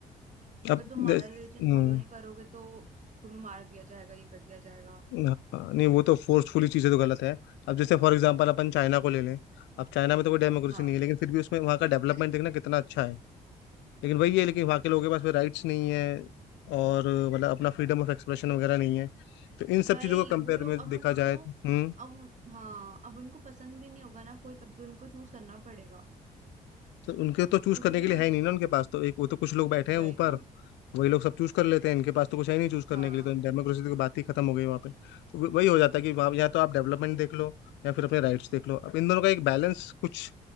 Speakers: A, on the right; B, on the left.
A: अगर
B: अब
A: तुम हमारा
B: जैस-
A: रिलीजन
B: हम्म
A: फॉलो नहीं करोगे तो तुम्हें मार दिया जाएगा ये कर दिया जाएगा
B: हाँ, नहीं वो तो फोर्सफुली चीज़ें तो गलत है अब जैसे फॉर एग्जांपल अपन चाइना को ले लें अब चाइना में तो कोई डेमोक्रेसी
A: हाँ
B: नहीं है लेकिन फिर भी उसमें वहाँ का डेवलपमेंट देखना कितना अच्छा है लेकिन वही है लेकिन वहाँ के लोगों के पास राइट्स नहीं है और मतलब अपना फ्रीडम ऑफ एक्सप्रेशन वगैरह नहीं है तो इन सब
A: वही
B: चीज़ों को कंपेयर
A: वो लोग
B: में
A: अब
B: देखा
A: उनको
B: जाए तो हम्म
A: अब उन- हाँ अब उनको पसंद भी नहीं होगा ना कोई तब भी उनको चूज करना पड़ेगा
B: तो उनके तो चूज
A: कुछ
B: करने
A: भी
B: के
A: नहीं
B: लिए
A: हो
B: है
A: सकता
B: ही नहीं ना उनके
A: इस
B: पास
A: चीज
B: तो एक वो तो कुछ लोग बैठे हैं
A: वही
B: ऊपर
A: तो
B: वही लोग सब चूज कर लेते हैं इनके पास तो कुछ है ही नहीं चूज करने
A: हाँ
B: के लिए तो डेमोक्रेसी की बात ही खत्म हो गई वहाँ पे तो वह- वही हो जाता है कि वहाँ या तो आप डेवलपमेंट देख लो या फिर अपने राइट्स देख लो अब इन दोनों का एक बैलेंस कुछ